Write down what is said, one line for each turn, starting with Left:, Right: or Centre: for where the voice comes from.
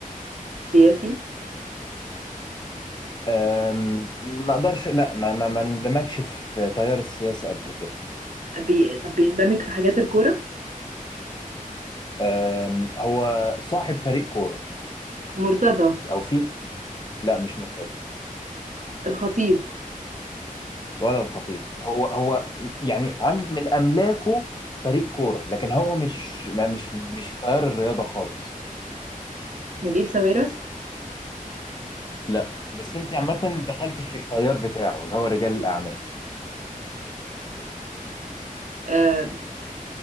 Right: سياسي
Left: أم، ما اقدرش لا ما ما ما اندمجش في تيار السياسه قبل كده
Right: بي... طب بيندمج في حاجات الكورة
Left: أم، هو صاحب فريق كوره
Right: مرتضى
Left: او في لا مش مرتضى
Right: الخطيب
Left: ولا الخطيب هو هو يعني عند من املاكه فريق كوره لكن هو مش ما مش مش في تيار الرياضه خالص
Right: نجيب ساويرس
Left: لا بس انت عامه دخلت في التيار بتاعه اللي هو رجال الاعمال
Right: آه،